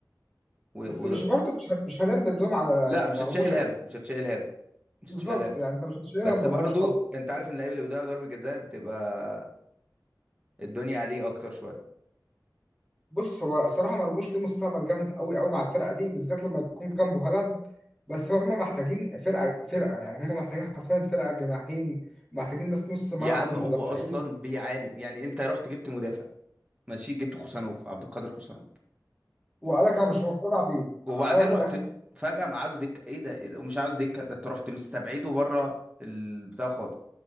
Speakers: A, on the right; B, in the centre.
A: و...
B: بس
A: و...
B: مش برضه مش ه- مش هنرمي اللوم على
A: لا
B: يعني
A: مش
B: مرموش
A: هتشيلها له مش هتشيلها له مش
B: بالظبط
A: هتشيلها له
B: يعني انت مش هتشيلها
A: بس
B: مرموش
A: برضو
B: طبعا
A: انت عارف ان اللعيبه اللي بيضيعوا ضربه جزاء بتبقى الدنيا عليه اكتر شويه
B: بص هو الصراحة مرموش ليه مستقبل جامد قوي قوي مع الفرقة دي بالذات لما يكون جنبه هالاند بس هم محتاجين فرقة فرقة يعني هم محتاجين حرفيا فرقة جناحين محتاجين ناس نص ملعب
A: يا عم
B: ومدافعين
A: هو اصلا بيعاند يعني انت رحت جبت مدافع ماشي جبت خوسانوف عبد القادر خوسانوف
B: وقالك انا مش مقتنع بيه
A: وبعدين
B: قالك في
A: رحت
B: الاخر
A: فجأة مقعدوا دكة ايه ده ايه ده ومش قعدوا دكة ده انت رحت مستبعده بره البتاع خالص